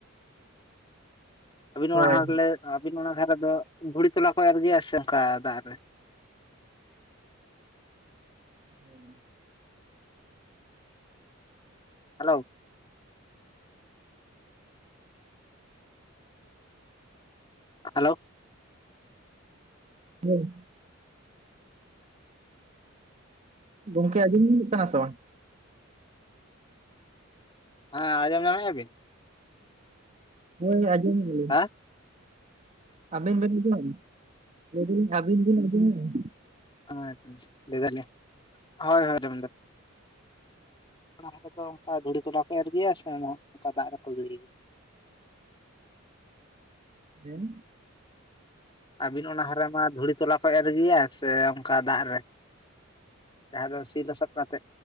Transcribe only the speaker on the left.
ᱟᱹᱵᱤᱱ
ᱚᱱᱟ ᱦᱚᱨ ᱞᱮ, ᱟᱵᱤᱱ ᱚᱱᱟ ᱫᱷᱟᱨᱮ ᱫᱚ ᱵᱷᱩᱲᱤ ᱛᱚᱞᱟ ᱠᱚ ᱮᱨ ᱜᱮᱭᱟ ᱥᱮ ᱚᱱᱠᱟ ᱫᱟᱜ ᱨᱮ?
ᱦᱮᱞᱳ ᱦᱟᱞᱳ
ᱦᱮᱸ ᱟᱸᱡᱚᱢ ᱧᱟᱢᱞᱮᱫᱟ ᱵᱤᱱ?
ᱦᱮᱸ
ᱟᱪ ᱞᱟᱹᱭ ᱫᱟᱞᱤ ᱦᱳᱭ ᱦᱳᱭ <unintelligible> ᱚᱱᱟ <unintelligible> ᱨᱮ ᱫᱚ ᱚᱱᱠᱟ ᱫᱷᱩᱲᱤ ᱛᱚᱞᱟ ᱠᱚ ᱮᱨ ᱜᱮᱭᱟ ᱥᱮ ᱚᱱᱠᱟ ᱫᱟᱜ ᱨᱮᱠᱚ ᱜᱤᱲᱤ?
ᱟᱹᱵᱤᱱ ᱚᱱᱟ ᱦᱟᱨᱮ ᱢᱟ ᱫᱷᱩᱲᱤ ᱛᱚᱞᱟ ᱠᱚ ᱮᱨ ᱜᱮᱭᱟ ᱥᱮ ᱚᱱᱠᱟ ᱫᱟᱜ ᱨᱮ? ᱡᱟᱦᱟᱸ ᱫᱚ ᱥᱤ ᱞᱚᱥᱚᱫ ᱠᱟᱛᱮ?